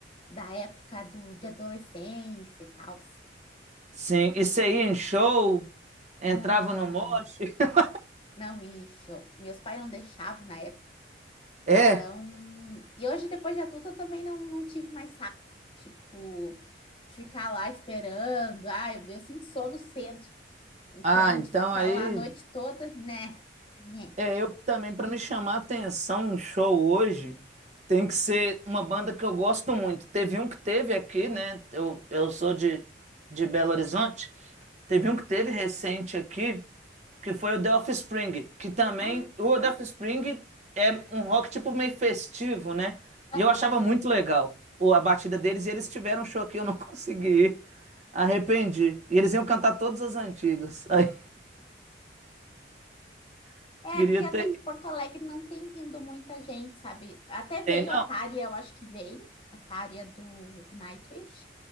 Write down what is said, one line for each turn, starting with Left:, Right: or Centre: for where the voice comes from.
Left: Da época do, de adolescência e tal.
Right: Sim, isso aí em show, entrava
Left: Ah,
Right: no mosh. <laughs>
Left: Não, isso. Meus pais não deixavam na época.
Right: É,
Left: Então. E hoje, depois de adulta, eu também não, não tive mais saco. Tipo, de ficar lá esperando. Ah, eu, eu sinto sono cedo. Então,
Right: ah, então
Left: de ficar
Right: aí...
Left: lá a noite toda, né? Né?
Right: É, eu também, pra me chamar a atenção, um show hoje tem que ser uma banda que eu gosto muito. Teve um que teve aqui, né? Eu, eu sou de, de Belo Horizonte. Teve um que teve recente aqui, que foi o The Offspring, que também.
Left: Ah,
Right: O The Offspring é um rock tipo meio festivo, né?
Left: Aham.
Right: E eu achava muito legal o- a batida deles, e eles tiveram um show aqui, eu não <laughs> consegui ir. Arrependi. E eles iam cantar todas as antigas. Aí, <laughs>
Left: É,
Right: queria
Left: aqui até
Right: ter.
Left: que
Right: ido.
Left: Porto Alegre não tem vindo muita gente, sabe? Até veio
Right: Tem não?
Left: a Tária, eu acho que veio, a Tária do, do Nightwish,